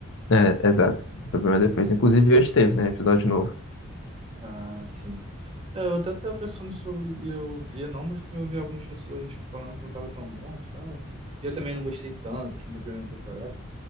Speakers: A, on the left; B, on the right.
A: É, exato. O problema é depois. Inclusive hoje teve, né, episódio novo.
B: Ah, sim. É, eu até tava pensando se eu ia ver, não, mas como eu vi algumas pessoas falando que não tava tão bom e tal. E eu também não gostei tanto, assim, da primeira temporada.